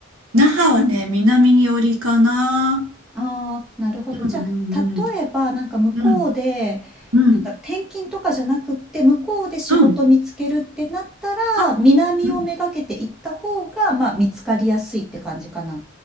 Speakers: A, on the right; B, in the centre.
A: 那覇はね、南に寄りかな。
B: ああ、なるほど。じゃあ、
A: うん
B: 例えば、なんか向こうで、
A: うんうん
B: なんだろう、転勤とかじゃなくって、向こうで仕事見つけるってなったら、
A: うんあ
B: 南をめがけて行った方が、
A: うん
B: まあ、見つかりやすいって感じかな。